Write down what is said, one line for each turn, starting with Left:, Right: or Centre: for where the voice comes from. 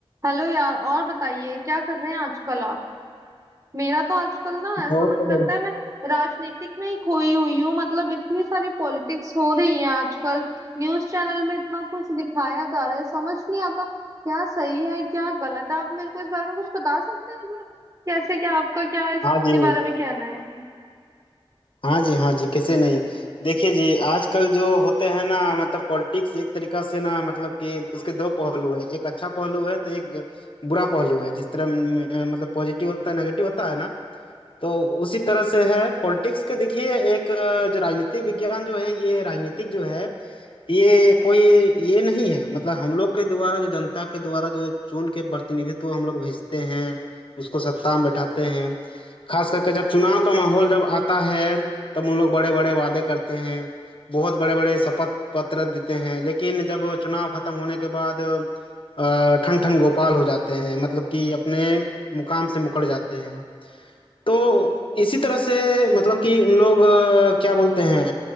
Right: Hello यार और बताइए क्या कर रहे हैं आजकल आप मेरा तो आजकल ना ऐसा
Left: बहुत
Right: मन करता
Left: बढ़िया
Right: है मैं राजनीतिक में ही खोई हुई हूँ मतलब इतनी सारी पॉलिटिक्स हो रही है आजकल न्यूज चैनल में इतना कुछ दिखाया जा रहा है समझ नहीं आता क्या सही है क्या गलत है आप मेरे को इस बारे में कुछ बता सकते हैं मतलब कैसे क्या आपका क्या इसके
Left: हाँ जी
Right: बारे में कहना है
Left: हाँ जी हाँ जी कैसे नहीं देखिए जी आजकल जो होते हैं ना मतलब पॉलिटिक्स एक तरीका से ना मतलब कि उसके दो पहलू है एक अच्छा पहलू है तो एक बुरा पहलू है जिस तरह म, मतलब पॉजिटिव होता है नेगेटिव होता है ना तो उसी तरह से है पॉलिटिक्स के देखिए एक अ, जो राजनीतिक विज्ञान जो है ये राजनीतिक जो है ये कोई ये नहीं है मतलब हम लोग के द्वारा जो जनता के द्वारा जो चुन के प्रतिनिधित्व हम लोग भेजते हैं उसको सत्ता में बैठाते हैं खास करके जब चुनाव का माहौल जब आता है तब उन लोग बड़े बड़े वादे करते हैं बहुत बड़े बड़े शपथ पत्र देते हैं लेकिन जब चुनाव खत्म होने के बाद अ, ठन ठन गोपाल हो जाते हैं मतलब कि अपने मुकाम से मुकर जाते हैं तो इसी तरह से मतलब कि उन लोग अ, क्या बोलते हैं